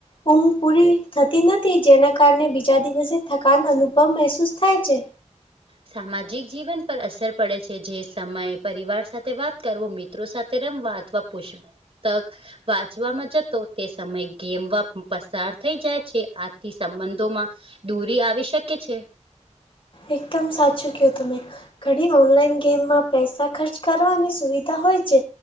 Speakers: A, on the left; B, on the right.
A: ઊંઘ પૂરી થતી નથી જેના કારણે બીજા દિવસે થકાન અનુભવ મહેસૂસ થાય છે
B: સામાજિક જીવન પર અસર પડે છે જે સમયે પરિવાર સાથે વાત કરવો મિત્રો સાથે રમવાત પુસ્તક વાંચવામાં જતો તે સમય ગેમવા પસાર થઈ જાય છે આથી સંબંધોમાં દૂરી આવી શકે છે
A: એકદમ સાચું કોય તમે ઘડી ઓનલાઈન ગેમમાં પૈસા ખર્ચ કરવાની સુવિધા હોય છે